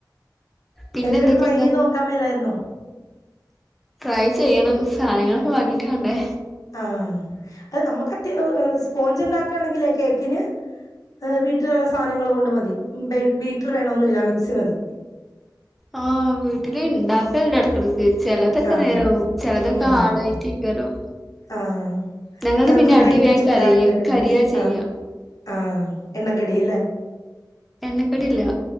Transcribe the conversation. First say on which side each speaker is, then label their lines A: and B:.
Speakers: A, in the centre; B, on the left.
A: പിന്നെ
B: എതിലക്കെ
A: എന്തൊക്കെയുണ്ടാക്ക
B: ടൈ ചെയ്ത് നോക്കാൻ മേലായിര്ന്നോ
A: ട്രൈ ചെയ്യണം സാനങ്ങളൊക്കെ വാങ്ങീട്ട് വണ്ടേ
B: ആഹ് അത് നമുക്ക് അത്യാ സ്പോഞ്ച് ഉണ്ടാക്കയാണെങ്കിൽ കേക്കിന് വീട്ടിലുള്ള സാധനങ്ങൾ കൊണ്ട് മതി ബീറ്റർ വേണമൊന്നുല്ല മിക്സി മതി
A: ആഹ് വീട്ടില് ഇണ്ടാക്കൽണ്ട് ഇടക്കടുക്ക് ചിലതൊക്കെ
B: ആഹ്
A: നേരവും ചിലതൊക്കെ
B: ഉം
A: ഹാടായിറ്റി വരും
B: ആഹ്
A: ഞങ്ങള്ത്
B: അത് നമ്മൾ
A: പിന്നെ അടി
B: ബ്ലേഡ്
A: വേൻ
B: ചൂടാകും
A: കര
B: വരെ
A: കരിയാ
B: മിക്സ്
A: ചെയ്യ
B: ആഹ് ആഹ് എണ്ണക്കടി ല്ലേ
A: എണ്ണക്കടിയല്ല